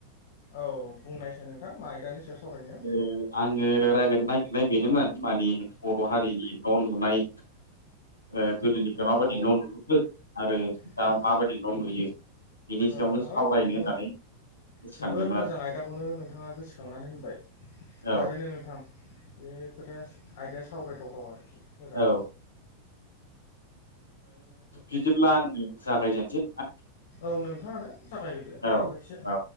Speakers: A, on the left; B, on the left.
A: औ बुंनायसै नोंथां मा आयदानि सायाव सावरायनो
B: ए आङो रायलायनो नागिरनाय बेनोमोन मानि। बर' हारिनि न' लुनाय । गोदोनिफ्राय माबायदि
A: अ
B: न' लुबोखो आरो दा
A: हाब
B: माबायदि न' लुयो। बिनि
A: औ
B: सायावनो
A: हाब
B: सावरायनो
A: बेथ'।
B: होननानै गोसोखांदोंमोन
A: जोबोद
B: आरो
A: मोजां आयदाखौनो नोंथाङा गोसोखांनानै होनबाय।
B: औ
A: थारैनो नोंथां बे खोथाया आयदाया सावरायथावथाव आरो। मोजां।
B: औ बिदिब्ला आङो जागायजेनोसै नोंथां।
A: औ नोंथाङानो जागायग्रोदो हायोबा
B: औ
A: एसे।